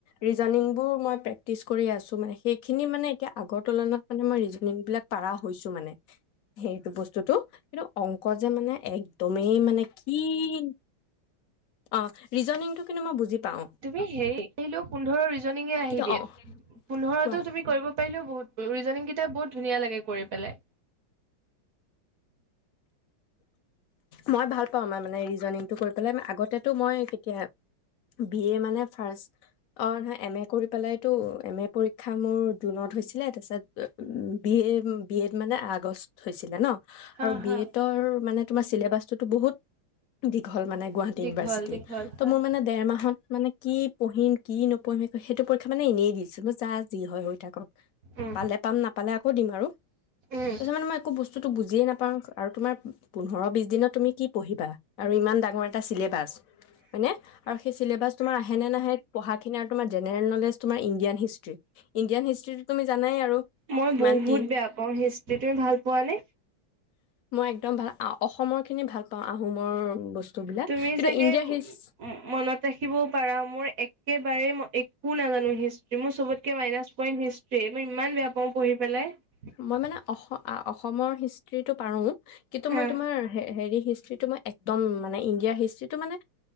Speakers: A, on the left (about 75°); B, on the right (about 55°).
A: ৰিজনিংবোৰ মই প্ৰেক্টিচ কৰি আছো মানে সেইখিনি মানে এতিয়া আগৰ তুলনাত মানে মই ৰিজন বিিলাক প হৈছো মানে। সেইটো বস্তুতটো কিন্তু অং <unintelligible> ক যে মানে একদমেই মানে কি <unintelligible> ৰিজনিংটো কিন্তু মই বুজি পাওঁ
B: তুমি হে আহিলেও পোন্ধৰ ৰিজনিঙে আহি
A: কিন্তু
B: দিয়ে
A: অ
B: পোন্ধৰটোো
A: কোৱা
B: তুমি কৰিব পাৰিলও বহুত, ৰিজনিং কেইটা বহুত ধুনীয়া লাগে কৰি পেলাই।
A: মই ভাল পাও মাৰ মানে ৰিজনংটো কৰি পেলাই আগতেটো মই কেতিয়া বি এ মানে ফাৰ অ নহয় এম এ কৰি পেলাইতটো এম এ পৰীক্ষা মোৰ জুনত হৈছিলে। তাৰপিছত বি এ বি এ ত মানে আগষ্ট হৈছিলে ন।
B: হ
A: আৰু বি
B: হা।
A: এডৰ মানে তুমাৰ ছিলেবাছ টোতো বহুত। দীঘল মানে গুৱাহাটী
B: দীঘল
A: ইউনিভাৰ্চিটি
B: দীঘল
A: ত,
B: হয়
A: মোৰ মানে দেৰ মাহত মানে কি পঢ়িম কি ন পম সেইতো পৰীক্ষা মানে এনেই দিছিলো যা যি হয় হয়
B: উম
A: পালে প নাপালে আকৌ দিম আৰু,
B: উম
A: ত য মানে একো বচতু বস্তুটো বুিয়েই নাপওঁ। আৰু তোমাৰ পোন্ধৰ বিছ দিনত তুমি কি পঢ়িবা আৰু ইমান ডাঙৰ এটা চিলেবাছ হয়নে, আৰু সেই চিলেবাছ তোমাৰ আহেনে নাহে পঢ়াখিনি। তোমাৰ জেনেৰেল নলেজ। তোমাৰ ইণ্ডিয়ান হিষ্ট্ৰি, ইণ্ডিয়ান হিষ্ট্ৰ্ৰীটোো তুমি জানাই আৰু
B: মই
A: কিমান
B: বহুত
A: কি।
B: বেয়া পাওঁ হিষ্ট্ৰী তুমি ভাল পোৱা নে
A: একদম ভাল অসমৰ খিনি ভাল পাওঁ আহোমৰ। বস্তুবিলাক
B: তুমি
A: কিন্তু
B: চাগে
A: ইণ্ডিয়াৰ হিষ্ট
B: মনত ৰাখিবও পাৰা মোৰ একে বাৰে মই একো নাজানো হিষ্ট্ৰ্ৰী মোৰ চবতকে মাইনাছ পইণ্ট হিষ্ট্ৰি। মই ইমান বেয়া পাওঁ পঢ়ি পেলাই। <unintelligible>
A: মই মানে অস অসমৰ হিষ্টৰী। প কিন্তু
B: হা
A: মই তোমাৰ হেৰী হিষ্টৰী তু একদম মানে ইণ্ডিয়াৰ হিষ্টটো মানে